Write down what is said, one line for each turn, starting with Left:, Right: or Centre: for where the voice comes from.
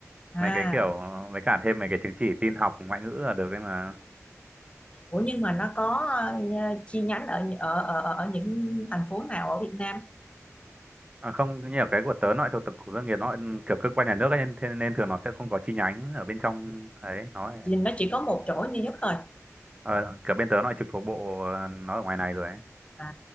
Left: à
Right: mấy cái kiểu mấy cả thêm mấy cái chứng chỉ tin học ngoại ngữ là được ấy mà
Left: Ủa nhưng mà nó có ờ, chi nhánh ở ở ở ở những thành phố nào ở Việt Nam?
Right: À không, như ở cái của tớ nó lại thuộc tổng cục doanh nghiệp nó lại kiểu cơ quan nhà nước ấy, nên thế nên thường nó sẽ không có chi nhánh ở bên trong ấy nó lại-
Left: Thì nó chỉ có một chỗ duy nhất thôi.
Right: ờ, kiểu bên tớ nó lại trực thuộc bộ ờ, nó ở ngoài này rồi ấy.
Left: À,